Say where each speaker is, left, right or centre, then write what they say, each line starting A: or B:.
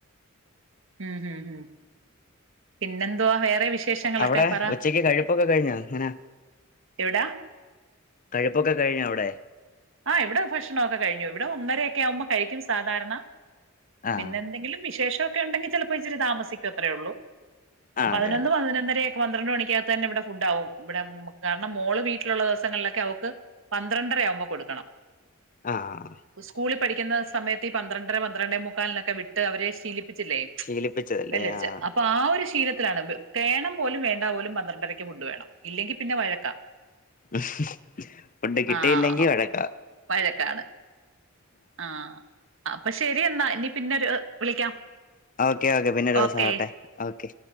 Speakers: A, on the right (about 65°); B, on the left (about 40°).
A: ഹം ഹും ഹ പിന്നെന്തോവാ വേറെ വിശേഷങ്ങളൊക്കെ
B: അവിടെ
A: പറ
B: ഉച്ചക്ക് കഴിപ്പൊക്കെ കഴിഞ്ഞോ എങ്ങനെ
A: എവിടാ
B: കഴിപ്പൊക്കെ കഴിഞ്ഞോ അവിടെ
A: ആ ഇവിടെ ഭക്ഷണമൊക്കെ കഴിഞ്ഞു ഇവിടെ ഒന്നര ആമ്പോ കഴിക്കും സാധാരണ
B: ആഹ്
A: പിന്നെന്തെങ്കിലും വിശേഷ ഒക്ക ഉണ്ടെങ്കിൽചിലപ്പോ. ഇച്ചി താമസിക്കും. അത്രേുള്ളൂ.
B: ആ
A: പതിനൊന്ന്
B: അതെ അതെ
A: പതിനൊന്നര പന്ത്രണ്ട് മണിക്കകത്ത് തന്നെ ഇവിടെ ഫുഡ് ആകും. ഇവിടെ കാരണം മോള് വീട്ടിലുള്ള ദിവസങ്ങളിലൊക്കെ അവക്ക് പന്ത്രണ്ട്. രയാവുമ്പ കൊടുക്കണം
B: ആഹ്
A: സ്കൂളിൽ പഠിക്കുന്ന സമയത്ത് ഈ പന്ത്രണ്ടര പന്ത്രണ്ടേ മുക്കാലിനൊക്കെ വിട്ട് അവരെ ശീലപ്പ ച്ചില്ലെ
B: ശീലിപ്പിച്ചതല്ലേ
A: വെല്ലടിച്ച
B: ആഹ്
A: ആ ഒരു ശീലത്തിലാണ് വേണം പോലും വേണ്ട പോലും പന്ത്രണ്ടരക്ക് ഫുഡ് വേണം ഇല്ലെങ്കിൽ പിന്നെ വഴക്കാം
B: ഉം ഫുഡ് കിട്ടിയില്ലെങ്കി
A: ആഹ്
B: വഴക്ക
A: വഴക്കാണ് ആഹ് അപ്പൊ ശരി എന്ന എന്നാ ഇനി പിന്നെരു വിളിക്കാം
B: ഓക്കെ ഓക്കെ പിന്നെ ഒരു ദിവസം
A: ഓക്കെ
B: ആട്ടെ ഓക്കെ